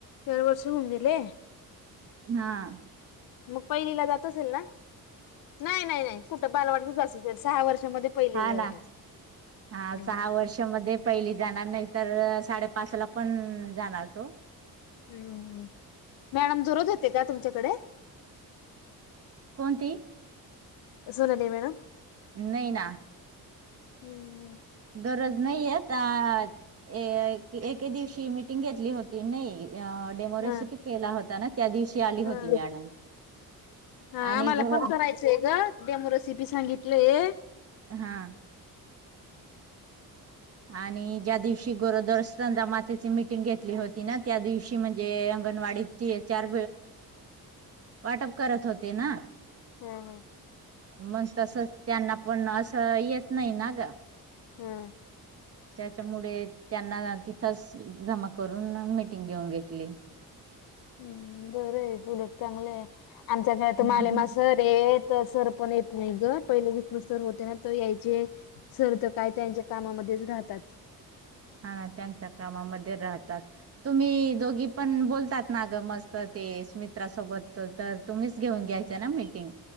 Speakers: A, on the left; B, on the right.
A: चार वर्ष होऊन गेले
B: हां
A: मग पहिलीला जात असेल ना? नाही नाही नाही कुठं बालवाडचे सहा वर्षामध्ये पहिलीला.
B: हा ना हा
A: हम्म
B: सहा वर्षा मध्ये पहिली जाणार नाही तर साडेपाच ला पण जाणार तो.
A: हम्म मॅडम जरोज येते का तुमच्याकडे?
B: कोणती?
A: सुनले मॅडम.
B: नाही ना.
A: हम्म
B: दररोज नाही येत आ ए एके दिवशी मिटिंग घेतली होती नाही डेमोरेसिपिक
A: हा
B: केला होता ना. त्या दिवशी आली होती
A: हा
B: मॅडम.
A: हा
B: आणि
A: आम्हाला
B: गो
A: पण करायचंय ग डेमोरेसिपी सांगितलंय.
B: हां आणि ज्या दिवशी गोरोदर असना मातेची मिटिंग घेतली होती ना त्या दिवशी म्हणजे अंगणवाडी चार वाटप करत होते ना.
A: हम् हम
B: मग तस त्यांना पण असं येत नाही ना ग.
A: हा
B: त्याच्यामुळे त्यांना तिथंच जमा करून मीटिंग घेऊन घेतली.
A: हम्म बरं उलट चांगलंय आमच्या घरात
B: हा
A: माले मा सर हेेत सर पण येत नाही ग. पहिले विष्णू सर होते ना तर यायचे सर तर काय त्यांच्या कामामध्येच राहतात.
B: हा ना त्यांच्या कामामध्ये राहतात तुम्ही दोघी पण बोलतात ना ग मस् तर ते स्मित्रासोबत तर तुम्हीच घेऊन घ्यायच ना मीटिंग.